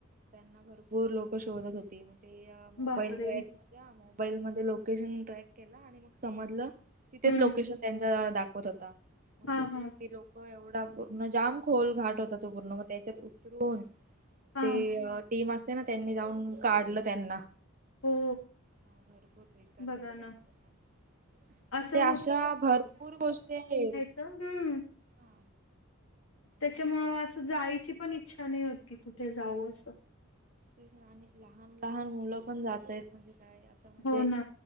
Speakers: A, on the right; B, on the left.
A: त्यांना भरपूर लोक शोधत होती मग ते मोबाईल
B: बापरे
A: ट्रॅक त्या मोबाईल मध्ये लोकेशन ट्रॅक केला आणि मग समजलं तिथेच
B: हम्म
A: लोकेशन त्यांचा दाखवत होता मग
B: हा
A: तिथे
B: हा
A: ती लोक हो एवढा पूर्ण जाम खोल घाट होता तो पूर्ण मग त्याच्यात उतरून
B: हा
A: ते टीम असते ना त्यांनी जाऊन काढलं त्यांना
B: हो
A: हा भरपूर बेक्कार
B: बघा
A: झालं
B: ना
A: त्यांचं पण म्हणजे
B: असं
A: अशा भरपूर गोष्टी आहेत.
B: त हम्म
A: हा
B: त्याच्यामुळ
A: भरपूर
B: असं जाईची पण इच्छा नाही होत की कुठे जाऊ असं
A: ते आणि लहान लहान मुलं पण जाताय म्हणजे काय आता म्हणजे
B: हो ना